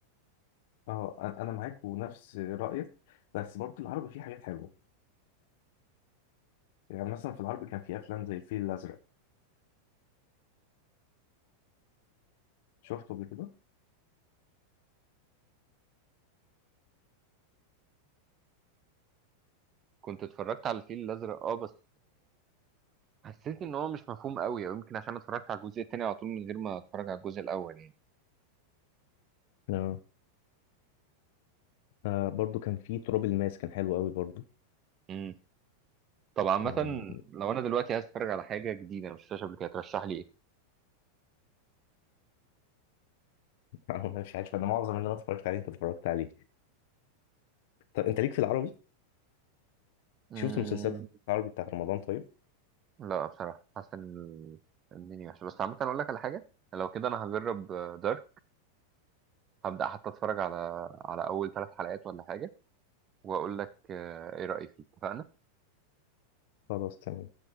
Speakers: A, on the left; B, on the right.
A: اه انا أنا معاك ونفس رايك بس برضو العربي فيه حاجات حلوه يعني مثلا في العربي كان في افلام زي الفيل الازرق شفته قبل كده
B: كنت اتفرجت على الفيل الازرق اه بس حسيت ان هو مش مفهوم قوي او يمكن عشان اتفرجت على الجزء التاني على طول من غير ما اتفرج على الجزء الاول
A: آه. آه برضو كان في تراب الماس كان حلو قوي برضو
B: يعني طب عامة
A: آه،
B: لو أنا دلوقتي عايز أتفرج على حاجة جديدة أنا مش شفتهاش قبل كده ترشح لي إيه؟
A: <laughs> انا مش عارف انا معظم اللي انا اتفرجت عليه انت اتفرجت عليه طب انت ليك في العربي
B: مم...
A: شفت مسلسلات العربي بتاعت رمضان طيب
B: لا بصراحة حاسس إن الدنيا وحشة بس عامة أقول لك على حاجة لو كده أنا هجرب دارك هبدأ حتى أتفرج على على أول ثلاث حلقات ولا حاجة وأقول لك آه، إيه رأيي فيه اتفقنا؟
A: خلاص تمام